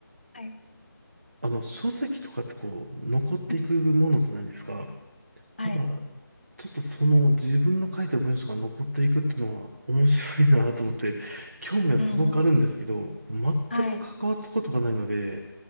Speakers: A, on the left; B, on the right.
A: はい。
B: あの、書籍とかってこう、残っていくものじゃないですか。
A: うん、はい。
B: だから、ちょっとその自分の書いた文章が残っていくっていうのは面白いなと思って、興味はすごくあるんですけど、
A: うん、うん。
B: 全く関わったことがないので、
A: はい。